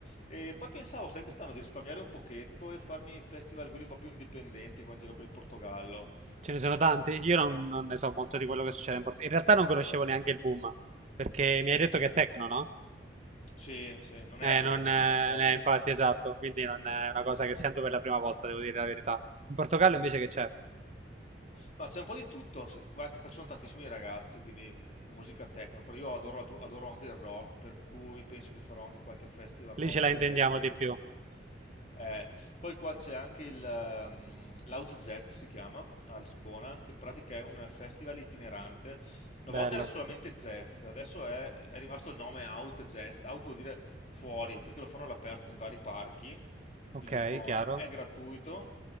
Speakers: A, on the left; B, on the right.
A: E poi pensavo, sai, quest'anno di risparmiare un pochetto e farmi festival quelli un po' più indipendenti qua in giro per il Portogallo.
B: Ce ne sono tanti? Io non, non ne so molto di quello che succede in Portogallo. In realtà non conoscevo neanche il boom, perché mi hai detto che è techno, no?
A: Sì, sì, non
B: Eh,
A: è la tua
B: non,
A: musica,
B: eh,
A: soia.
B: eh, infatti, esatto, quindi non è una cosa che sento per la prima volta, devo dire la verità. In Portogallo invece che c'è?
A: Ma c'è un po' di tutto. Sì, Guarda, qua ci sono tantissimi ragazzi, quindi musica techno. Però io adoro, adu- adoro anche il rock, per cui penso che farò anche qualche festival
B: Lì
A: rock
B: ce la intendiamo
A: che è un pochino.
B: di più.
A: eh. Poi qua c'è anche il ehm, l'OutZ si chiama a Lisbona, che in pratica è un festival itinerante. Una
B: Bello.
A: volta era solamente jazz, adesso è, è rimasto il nome Out Jazz. Out vuol dire fuori, perché lo fanno all'aperto in vari parchi
B: Ok,
A: di Lisbona.
B: chiaro.
A: È gratuito